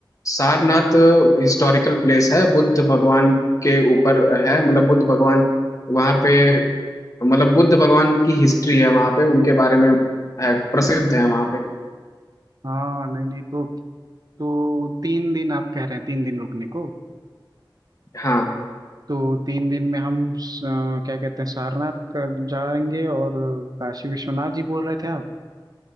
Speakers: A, on the left; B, on the right.
A: सारनाथ हिस्टोरिकल प्लेस है बुद्ध भगवान के ऊपर है मतलब बुद्ध भगवान वहाँ पे मतलब बुद्ध भगवान की हिस्ट्री है वहाँ पे उनके बारे में है प्रसिद्ध है वहाँ पे
B: में हाँ नहीं नहीं तो तो तीन दिन आप कह रहे हैं तीन दिन रुकने को
A: हाँ
B: तो तीन दिन में हम अ, क्या कहते हैं सारनाथ कर जाएंगे और काशी विश्वनाथ जी बोल रहे थे आप